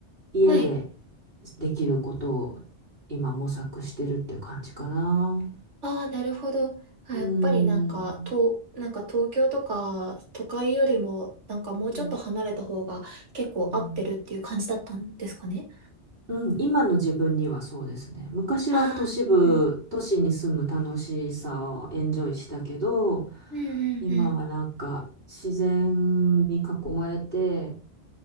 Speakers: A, on the right; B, on the right.
A: 家で
B: はい。
A: できることを今模索してるっていう感じかな。
B: ああ、なるほど。あ、
A: うーん。
B: やっぱりなんか、と、なんか東京とか都会よりも、なんかもうちょっと離れた方が結構合ってるっていう感じだったんですかね。
A: うん。うんうん今の自分にはそうですね。昔は都市部、
B: ああ、うんうん。
A: 都市に住む楽しさをエンジョイしたけど、
B: うんうんうん。
A: 今はなんか自然に囲まれて、